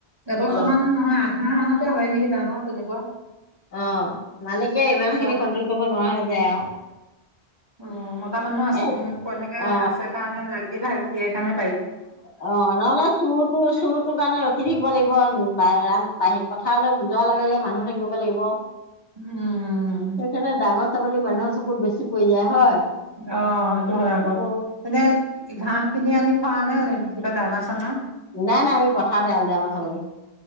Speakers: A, on the right; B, on the left.
A: এবছৰমান
B: অ
A: নহয় আঠ মাহ মানতে হয়, নেকি ডাঙৰ? তেনেকুৱা
B: অ'। মালিকে ইমান
A: ছয়,
B: খিনি
A: সাত
B: কন্ট্ৰল
A: মাহ
B: কৰিব নোৱাৰা হৈ যায় আৰু
A: উম, মতা মানুহ আছে
B: এ
A: সেনেকে
B: অ
A: আছে কাৰণে লাগি <unintelligible> সেইকাৰণে
B: অ', নহলে, চোৰটো, চোৰটো কাৰণে ৰখি থাকিব লাগিব। বাহ, বাহি পথাৰলৈ, বু যোৱাৰ লগে, লগে মানুহ থাকিব লাগিব। সেইকাৰণে
A: উম
B: ডাঙৰ ডাঙৰ, ছাগলী মানুহৰ চকুট বেছি পৰি যায়। হয়।
A: অ', সেইটো হয়
B: অ
A: আকৌ, মানে ঘাঁহ খিনি আনি খোৱা নে, কিবা দানা, চানা?
B: নাই, নাই, আমি পথাৰতে ৰেল দেও, আমাৰ ছাগলী,